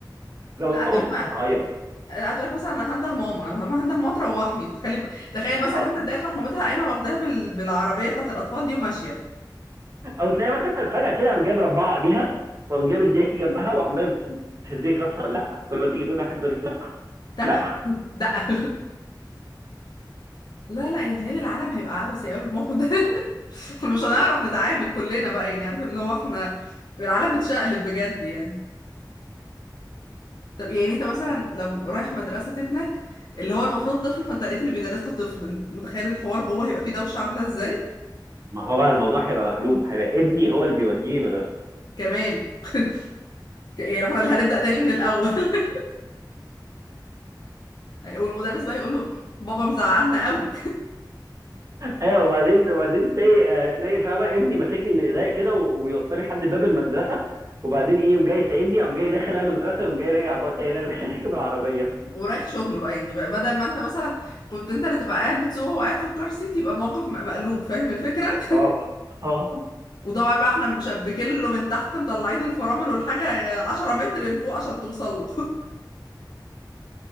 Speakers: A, on the left; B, on the right.
A: <laughs>
B: لو
A: لا
B: اتقمصت
A: هتقولك ما
B: هتعيط
A: لا هتقولك مثلا انا هنده ماما انا ما هنده ماما تروحني تخلي تخيل مثلا
B: او
A: انت اتضايقت تروح مامتها قايمة واخداها بال... بالعربية بتاعت الأطفال دي وماشية
B: او تلاقي مثلا فجاه كده قام جاي مربعه ايديها وقام جاي مدياكي جنبها وعمال تهزيك راسها لا كل ما تيجي تقول لها حاجه تقول لك لا
A: دقة
B: لا
A: <laughs> دقة لا لا يعني متهيألي العالم هيبقى عبثي قوي بالموقف ده <laughs> احنا مش هنعرف نتعامل كلنا بقى يعني عارف اللي هو احنا العالم اتشقلب بجد يعني طب يعني انت مثلا لو رايح مدرسة ابنك اللي هو المفروض طفل فانت لقيت اللي بيدرس له طفل انت متخيل الحوار جوه هيبقى فيه دوشة عاملة ازاي
B: ما هو بقى الموضوع هيبقى مقلوب هيبقى ابني هو اللي بيوديني مدرسه
A: كمان <laughs> يعني احنا اللي هنبدأ تاني من الاول <laughs> والمدرس بقى يقول له بابا مزعلنا قوي
B: ايوه وبعدين وبعدين تلاقي آه، تلاقي فاهمه ابني ماسكني من ايديا كده و- ويوصلني لحد باب المدرسه وبعدين ايه يوم جاي سايبني او جاي داخل انا المدرسه ويوم جاي راجع هو تاني راجع <laughs> راكب العربيه
A: <laughs> ورايح شغله بقى يعني بقى بدل ما انت مثلا كنت انت اللي تبقى قاعد بتسوق وهو قاعد في الكار سيت يبقى الموقف م- مقلوب فاهم الفكرة
B: اه <laughs>
A: <laughs> وطبعا بقى احنا مشبكين له من تحت مطلعين الفرامل والحاجة 10 متر لفوق عشان توصل له <laughs>